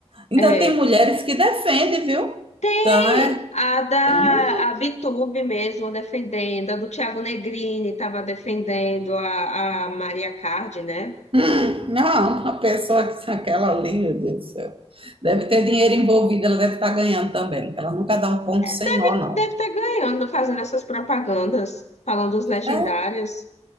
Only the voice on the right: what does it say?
Ainda
tem mulheres que defendem, viu?
Então, é,
tem mulher.
Hum, Não, uma pessoa que aquela ali, meu Deus do céu. Deve ter dinheiro envolvido, ela deve estar ganhando também. Ela nunca dá um ponto sem
nó, não.
É,